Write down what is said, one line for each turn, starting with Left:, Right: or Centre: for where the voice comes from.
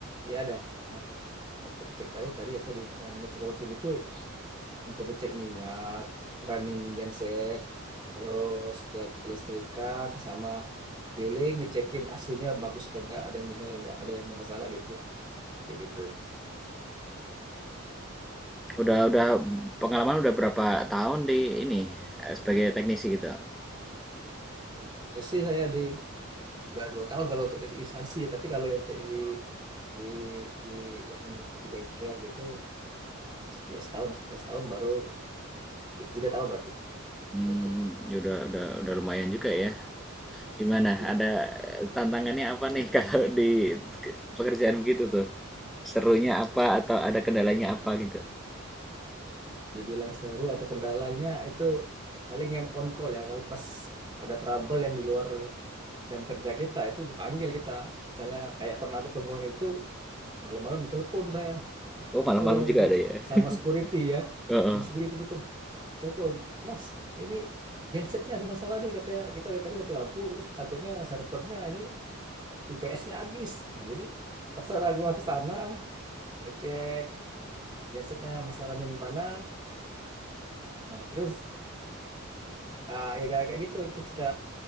Right: iya ada. Ya, untuk cek tadi tadi ya tadi yang ngecek rutin itu untuk ngecek minyak, running genset, terus cek kelistrikan, sama keliling ngecekin aslinya bagus atau enggak, ada yang dingin atau enggak, ada yang bermasalah gitu, kayak gitu.
Centre: Udah udah pengalaman udah berapa tahun di ini eh, sebagai teknisi gitu.
Right: Itu sih saya di udah dua tahun kalau untuk di instansi, ya, tapi kalau untuk di di di yang di bengkel gitu, ya setahun, setahun baru gitu, tiga tahun berarti,
Centre: Hmm,
Right: tiga tahun.
Centre: ya udah udah udah lumayan juga ya. Gimana?
Right: Iya.
Centre: Ada tantangannya apa nih <laughs> kalau di pekerjaan begitu tuh? Serunya apa atau ada kendalanya apa gitu?
Right: Dibilang seru atau kendalanya itu paling yang on call ya, kalau pas ada trouble yang di luar jam kerja kita itu dipanggil kita. Misalnya kayak pernah ketemuan itu malam-malam ditelepon saya. Kenapa
Centre: Oh, malam-malam
Right: bilang
Centre: juga
Right: itu
Centre: ada ya.
Right: sama
Centre: <laughs>
Right: security ya?
Centre: Heeh.
Right: Sama security itu telepon, Mas, ini gensetnya ada masalah nih katanya. Kita dari tadi mati lampu terus takutnya servernya ini UPS-nya habis. Nah, jadi terserah gua ke sana ngecek gensetnya masalahnya di mana. Nah, terus ah, ya kayak kayak gitu itu kita